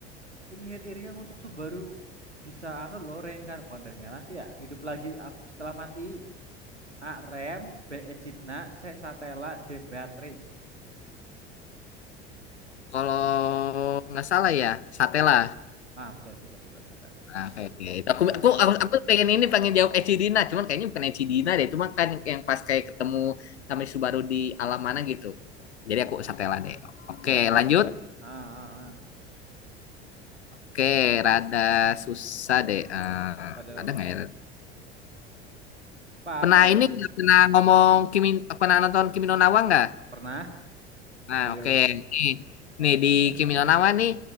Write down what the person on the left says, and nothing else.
Kalau nggak salah ya, Satela.
Nah, oke, oke. Itu Aku,
aku,
aku, aku pengen ini, pengen jawab Eci Dina. Cuman kayaknya bukan Eci Dina deh. Cuma kan yang pas kayak ketemu sama Subaru di alam mana gitu. Jadi aku satela deh. Oke,
lanjut.
Oke, rada susah deh. Eh,
ada nggak ya?
Pernah
ini
nggak? pernah ngomong Kimi, pernah nonton Kimi no Na wa nggak?
Nah,
oke. Nih, nih di Kimi no Na wa nih,